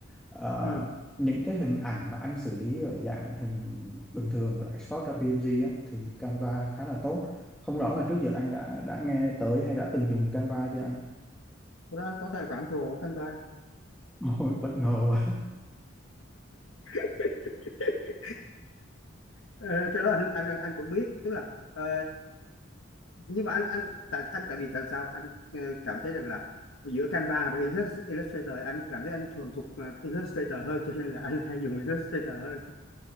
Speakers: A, in the centre; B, on the left.
A: Ờ,
B: ừ
A: những cái hình ảnh mà anh xử lý ở dạng hình bình thường rồi export ra PNG á, thì Canva khá là tốt không rõ là trước giờ anh đã đã nghe tới hay đã từng dùng Canva chưa anh
B: Thế đó anh có tài khoản pro của Canva
A: <laughs> Ôi, bất ngờ quá
B: <laughs> Ờ, cái đó anh anh anh cũng biết tức là ờ, nhưng mà anh anh tại anh tại vì tại sao anh ờ, cảm thấy rằng là giữa Canva và Illus- Illustrator anh cảm thấy anh thuần thục ờ, Illustrator hơn cho nên là anh hay dùng Illustrator hơn